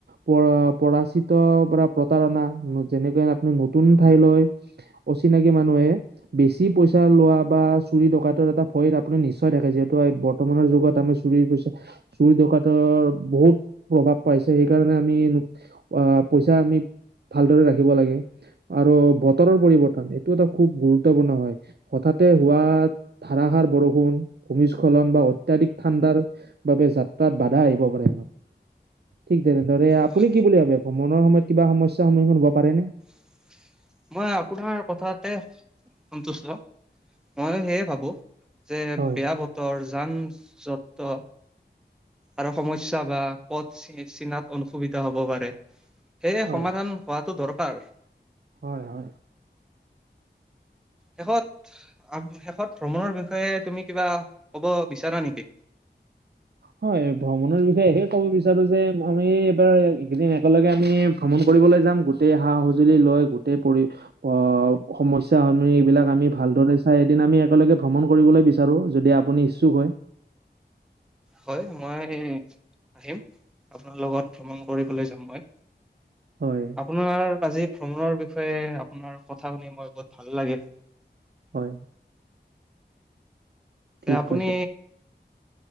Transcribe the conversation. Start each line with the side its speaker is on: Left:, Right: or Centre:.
Right: প <unintelligible> পৰা প্ৰতাৰণা যেনেকৈ আপুনি নতুন ঠাইলৈ অচিনাকি মানুহে বেছি কি পইচা লোৱা বা চুৰি দকাইতৰ এটা ভয় আপুনি নিশ্চয় থাকে যিহেতু বৰ্তমানৰ যুগত আমি চুৰি দকাইতৰ ৰ বহুত প্ৰভাৱ পাইছে সেইকাৰণে আমি আহ পইচা আমি ভালদৰে ৰাখিব লাগে আৰু বতৰৰ পৰিৱৰ্তন এইটো এটা খুব গুৰুত্বপূৰ্ণ হয় হঠাৎ তে হোৱা ধাৰাসাৰ বৰষুণ ভূমিস্খলন বা অত্যাধিক ঠাণ্ডাৰ বাবে যাত্ৰাত বাধা আহিব পাৰে আমাৰ। ঠিক তেনে ধৰে আপুনি
Centre: হয়।
Right: কি বুলি ভাবে ভ্ৰমণৰ সময়ত কিবা সমস্যাৰ সন্মুখীন হ'ব পাৰেনে।
Centre: <unintelligible> মই আপোনাৰ কথাতে সন্তুষ্ট ময়ো সেয়ে ভাবোঁ। যে
Right: হয়
Centre: বেয়া বতৰ। যান যত আৰু সমস্যা বা পথ চিনত। অসুবিধা হব পাৰে সেয়ে
Right: হয়
Centre: সমাধান হোৱাটো দৰকাৰ।
Right: হয়, হয়।
Centre: শেষত শেষত ভ্ৰমণৰ বিষয়ে তুমি কিবা কব বিচাৰা নেকি।
Right: হয় ভ্ৰমণৰ বিষয়েহে কব বিচাৰো যে আমি এইবাৰ এইেইদিন একেলগে আমি ভ্ৰমণ কৰ ফুৰিবলে যাম <unintelligible> চাই এদিন আমি একেলগে ভ্ৰমণ কৰিবলৈ বিচাৰোঁ যদি আপুনি ইচ্ছুক হয়।
Centre: হয় মই আহিম আপোনাৰ লগত ভ্ৰমণ কৰিবলৈ যাম মই।
Right: হয়
Centre: আপোনাৰ আজি ভ্ৰমণৰ বিষয়ে আপোনাৰ কথা শুনি মই ভাল লাগে।
Right: হয় ঠিক
Centre: আপুনি।
Right: কৈছে